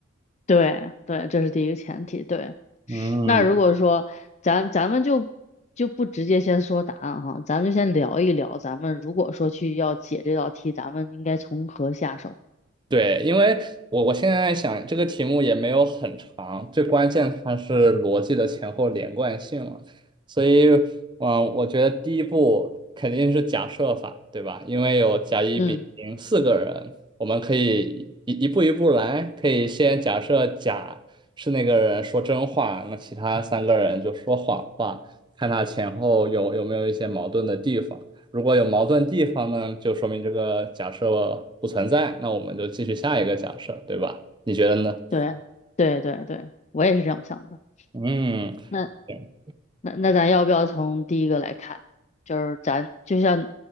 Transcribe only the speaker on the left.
对对，这是第一个前提。对。
那如果说咱咱们就就不直接先说答案哈，咱们就先聊一聊，咱们如果说去要解这道题，咱们应该从何下手？
嗯，
对对对对，我也是这样想的。
那
那那咱要不要从第一个来看呢就是咱就像